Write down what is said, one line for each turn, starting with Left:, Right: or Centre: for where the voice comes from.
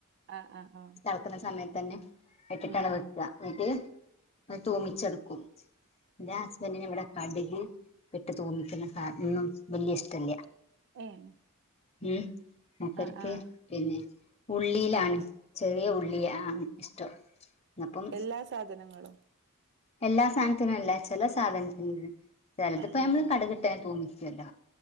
Right: ആഹ് ആഹ് ആഹ്
Left: തളക്ക്ണ സമയത്തെന്നെ ഇട്ടിട്ടാണ്
Right: ഉം
Left: വെക്ക
Right: ഉം
Left: എന്നെട്ട് തൂമിച്ചെട്ക്കും ഇന്റെ ഹസ്ബന്റിന് ഇവിടെ കട്ക് ഇട്ട് തൂമിക്ക്ന്ന സാധനൊന്നും ബല്ല്യ ഇഷ്ട്ടല്ല
Right: ഏഹ്
Left: ഉം മൂപ്പര്
Right: ആഹ് ആഹ്
Left: പിന്നെ ഉള്ളിയിലാണ് ചെറിയ ഉള്ളിയാണ് ഇഷ്ടം അപ്പം
Right: എല്ലാ സാധനങ്ങളും
Left: എല്ലാ സാധനത്തിനും അല്ല ചെല സാധനത്തിന് ചെലത്പ്പോ
Right: ആഹ്
Left: നമ്മള്
Right: ആഹ്
Left: കട്കിട്ടെന്നെ തൂമിക്കല്ലോ